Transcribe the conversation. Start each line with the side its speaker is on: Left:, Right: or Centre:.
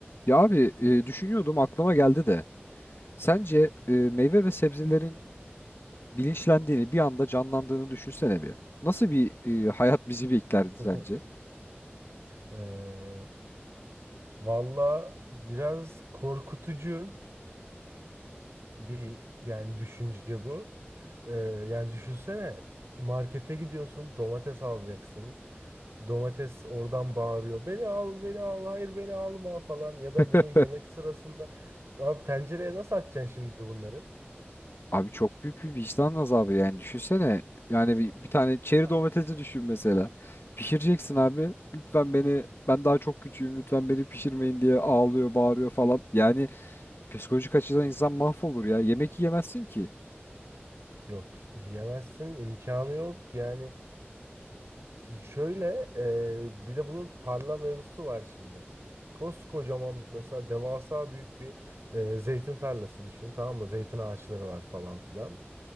Left: Ya abi e, düşünüyordum aklıma geldi de. Sence e, meyve ve sebzelerin bilinçlendiğini bir anda canlandığını düşünsene bir. Nasıl bir e, hayat bizi beklerdi sence?
Right: <laughs> Eee valla biraz korkutucu bir yani düşünce bu. Ee, yani düşünsene markete gidiyorsun domates alacaksın. Domates oradan bağırıyor. Beni al, beni al, hayır beni alma falan. Ya da
Left: <laughs>
Right: bunu yemek sırasında. Abi tencereye nasıl atacaksın şimdi bunları?
Left: Abi çok büyük bir vicdan azabı yani düşünsene. Yani bir, bir tane çeri
Right: <laughs> Yani
Left: domatesi düşün mesela. Pişireceksin abi. Lütfen beni ben daha çok küçüğüm lütfen beni pişirmeyin diye ağlıyor bağırıyor falan. Yani psikolojik açıdan insan mahvolur ya. Yemek yiyemezsin ki.
Right: Yok, yiyemezsin, imkanı yok. Yani Şöyle e, bir de bunun tarla mevzusu var şimdi. Koskocaman mesela devasa büyük bir e, zeytin tarlası düşün tamam mı? Zeytin ağaçları var falan filan.